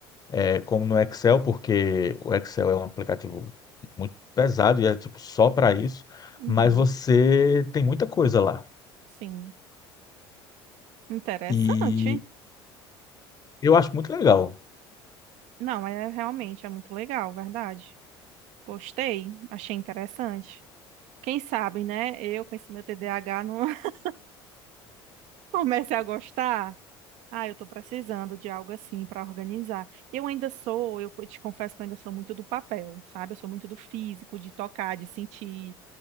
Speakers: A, on the left (about 30°); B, on the right (about 65°).
A: é, como no Excel, porque o Excel é um aplicativo muito pesado e é tipo só para isso,
B: Uhum.
A: mas você tem muita coisa lá.
B: Sim. Interessante.
A: E eu acho muito legal.
B: Não, é realmente é muito legal, verdade. Gostei, achei interessante. Quem sabe, né? Eu com esse meu TDAH não <laughs> comece a gostar. Ah, eu estou precisando de algo assim para organizar. Eu ainda sou, eu co- te confesso que eu ainda sou muito do papel, sabe? Eu sou muito do físico, de tocar, de sentir,